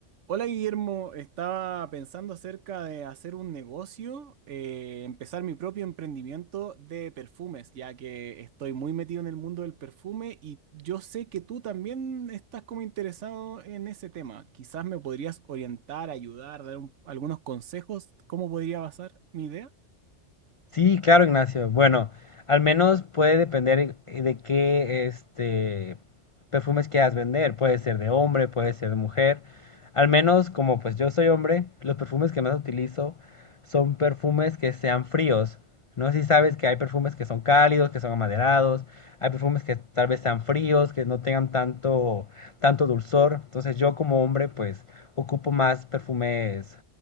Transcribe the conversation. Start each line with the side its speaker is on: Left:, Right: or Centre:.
Right: Hola Guillermo, estaba pensando acerca de hacer un negocio, eh, empezar mi propio emprendimiento de perfumes, ya que estoy muy metido en el mundo del perfume y yo sé que tú también estás como interesado en ese tema. Quizás me podrías orientar, ayudar, dar un- algunos consejos, cómo podría basar mi idea.
Left: Sí, claro, Ignacio. Bueno, al menos puede depender eh, de qué este perfumes quieras vender. Puede ser de hombre, puede ser de mujer. Al menos, como pues yo soy hombre, los perfumes que más utilizo son perfumes que sean fríos. No sé si sabes que hay perfumes que son cálidos, que son amaderados, hay perfumes que tal vez sean fríos, que no tengan tanto, tanto dulzor. Entonces yo como hombre pues ocupo más perfumes